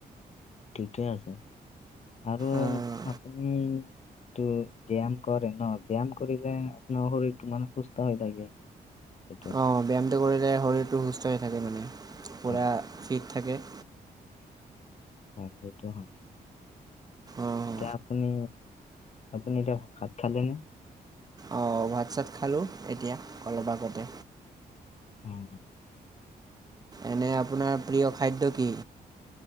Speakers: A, on the left; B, on the right.
A: ঠিকেই আছে আৰু
B: আহ,
A: আপুনি ব্যায়াম কৰে ন ব্যায়াম কৰিলে আপোনাৰ শৰীৰটো মানে সুস্থ হৈ থাকে সেইটো
B: অ', ব্যায়ামটো কৰিলে শৰীৰটো সুস্থ হৈ থাকে মানে পূৰা
A: হয়
B: ফিট থাকে
A: হয় সেইটো হয়
B: অঁ
A: এতিয়া আপুনি আপুনি এতিয়া ভাত খালেনে
B: অ', ভাতছাত খালোঁ এতিয়া অলপ আগতে
A: উম
B: এনে আপোনাৰ প্ৰিয় খাদ্য কি